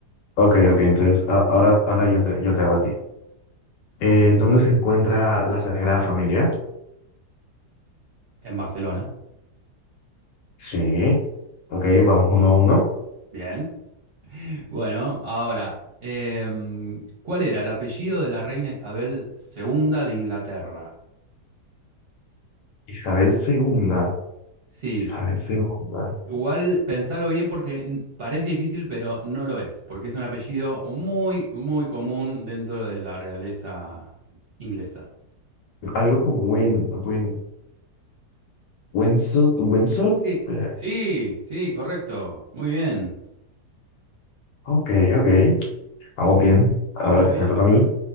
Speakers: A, on the left; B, on the right.
A: Ok, ok, entonces a- ahora, ahora yo te, yo te hago a ti. Eh, ¿dónde se encuentra la Sagrada Familia?
B: En Barcelona.
A: Sí. Ok, vamos uno a uno.
B: Bien. Bueno, ahora, em, ¿cuál era el apellido de la reina Isabel II de Inglaterra?
A: Isabel segunda.
B: Sí,
A: Isabel segunda.
B: igual pensalo bien porque n- parece difícil, pero no lo es, porque es un apellido muy, muy común dentro de la realeza inglesa.
A: Algo con Win, Win, Windsor, Windsor.
B: Sí,
A: Eh,
B: sí, sí, correcto. Muy bien.
A: ok, ok. Vamos bien. Ahora
B: Muy bien.
A: me toca a mí.